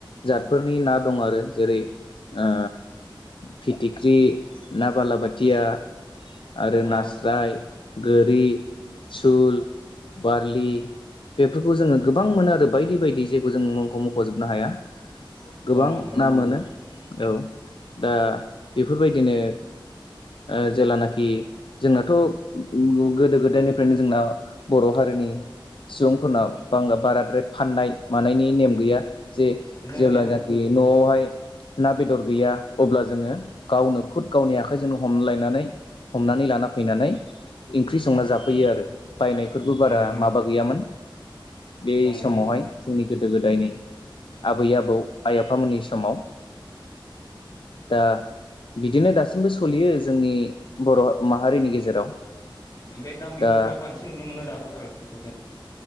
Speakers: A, on the left; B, on the left.
A: जातफोरनि ना दं आरो जेरै ओ फिथिख्रि ना बालाबाथिया आरो
B: औ
A: नास्राय गोरि सुल, बारलि बेफोरखौ जोङो गोबां मोनो आरो बायदि बायदि जेखौ जों मुंखौ मख'जोबनो हाया। गोबां
B: नंगौ नंगौ
A: ना
B: नोंथां
A: मोनो। औ दा बेफोरबायदिनो ओ जेलानाखि जोंनाथ' गोदो गोदायनिफ्रायनो जोंना बर' हारिनि सुबुंफोरनाव बबाराद्राय फाननाय मानायनि नेम गैया। जे
B: नेम
A: जेलानाखि
B: गैयामोन
A: न'आवहाय ना बेदर गैया अब्ला जोङो गावनो खुद गावनि आखाइजोंनो हमलायनानै हमनानै लाना फैनानै ओंख्रि संना जाफैयो आरो बायनायफोरबो बारा
B: नंगौ नंगौ
A: माबा
B: नोंथां
A: गैयामोन बे
B: नंगौ
A: समावहाय
B: नोंथां
A: जोंनि जों गोदो गोदायनि आबै आबौ आइ आफामोननि समाव दा बिदिनो दासिमबो सलियो जोंनि बर' माहारिनि गेजेराव
B: बे गामि
A: दा
B: गफायाव बांसिन नुनो मोनो दाबो आरो बेफोरखो